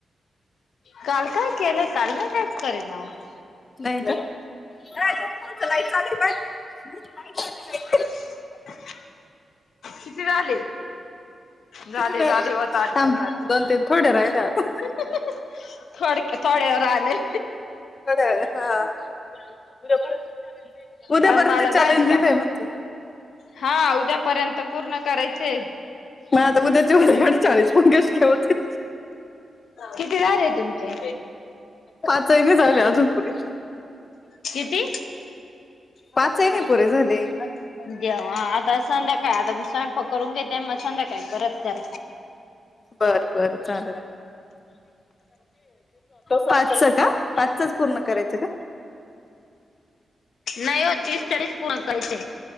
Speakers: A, on the left (about 75°); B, on the left (about 30°).
A: काल काय केलंय... काल नई... कायीच करी नव्ह
B: नई का? ए ते कोणतं लाईट चालू हाय पाय... कोणतं लाईट चालू ए बाई
A: <inaudible> किती झाले? झाले..
B: झालं
A: झाले... व्हत आले..
B: थांब
A: व्हत आले
B: दोन तीन थोडे राहिले आता
A: <unintelligible> थोडक्या.. थोड्यावर आलय
B: कडं हा उद्यापर्यंत चॅलेंजिंग ए... उद्यापर्यंत
A: कारण मला भाजी
B: चॅलेंजिंग
A: टाक
B: ए म्हणती
A: हा... उद्या पर्यंत पूर्ण करायचय
B: नाय... आता उद्याच्या उद्या... एव्हडं चाळीस फोन कशे काय व्हतील?
A: किती झाले तुमचे?
B: पाचही नई झाले अजून परेंन
A: किती?
B: पाचही नाही पुरे झाले
A: देवा आता संध्याकाळ आता मी स्वयंपाक करून घेते मग संध्या काय करत करा.
B: बर बर चालल. पाच का पाचच पुर्ण करायचं का?
A: नाई ओ तीस <unintelligible> प कायते